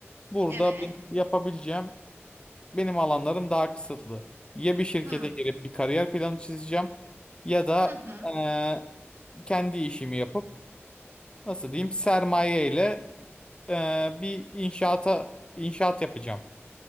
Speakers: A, on the left (about 20°); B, on the right (about 55°).
A: Burada
B: evet
A: benim yapabileceğim benim alanlarım daha kısıtlı. Ya bir şirkete
B: hı,
A: girip bir kariyer planı çizeceğim ya da
B: hı, hı,
A: eee, kendi işimi yapıp nasıl diyeyim sermaye ile eee, bir inşaata inşaat yapacağım.